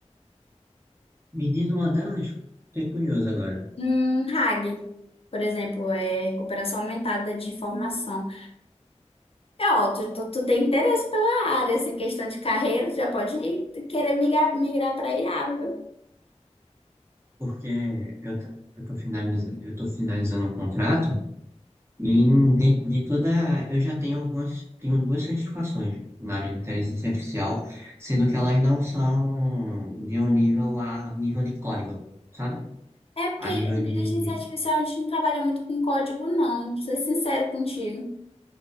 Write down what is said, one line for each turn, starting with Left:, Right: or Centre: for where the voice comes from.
Right: Me diz uma delas. Fiquei curioso agora,
Left: Hum, RAG, por exemplo, é recuperação aumentada de informação. É, ó, tu, tu, tu tem interesse pela área, assim, questão de carreira, tu já pode querer migrar, migrar para IA, viu?
Right: porque eu, t- eu tô finalizando, eu tô finalizando o contrato e dentro de toda, eu já tenho algumas, tenho duas certificações na área de inteligência artificial, sendo que elas não são de um nível a nível de código, sabe?
Left: É porque
Right: A nível
Left: inteligência
Right: de,
Left: artificial a gente não trabalha muito com código, não. Vou ser sincero contigo.